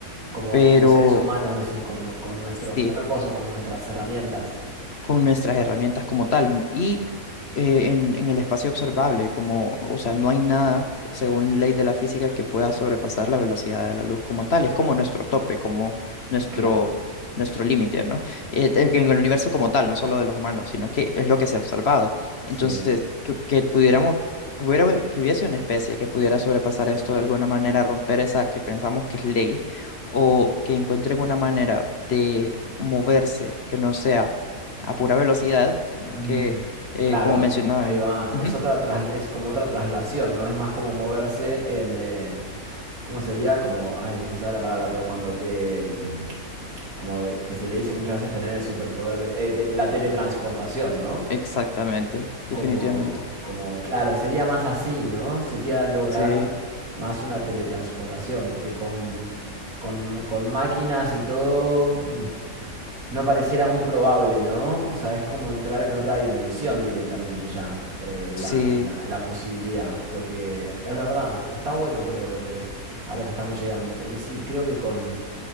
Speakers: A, on the right (about 80°); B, on the left (about 50°).
A: Como,
B: pero
A: como seres humanos decís, con, nu- con nuestros
B: Sí,
A: cuerpos o con nuestras herramientas.
B: con nuestras herramientas como tal. Y eh, en, en el espacio observable, como, o sea, no hay nada, según ley de la física, que pueda sobrepasar la velocidad de la luz como tal. Es como nuestro tope, como nuestro,
A: Claro,
B: nuestro límite, ¿no? Eh, te- que en el universo como tal, no solo de los humanos, sino que es lo que se ha observado.
A: sí.
B: Entonces, que, que pudiéramos... que Hubiera, que hubiese una especie que pudiera sobrepasar esto de alguna manera, romper esa que pensamos que es ley, o que encuentren una manera de moverse que no sea a pura velocidad, sino
A: Mm,
B: que, eh,
A: claro,
B: como mencionaban,
A: eh, ahí va.
B: ujú,
A: Es otra tras- es como otra traslación, ¿no? Es más como moverse en, eh, ¿Cómo sería? Como, ay, no me sale la palabra, pero cuando te... mm, Como que se le dice muchas veces tener el superpoder de... eh, te- la teletransportación, ¿no?
B: exactamente, definitivamente.
A: como, como, claro, sería más así, ¿no? Sería lograr
B: Sí,
A: más una teletransportación, porque con, con, con máquinas y todo mm, no pareciera muy probable, ¿no? O sea, es como entrar en otra dimensión directamente ya, eh, la,
B: sí.
A: la- la posibilidad, porque es verdad, está bueno creo lo que, a lo que estamos llegando, porque sí, creo que con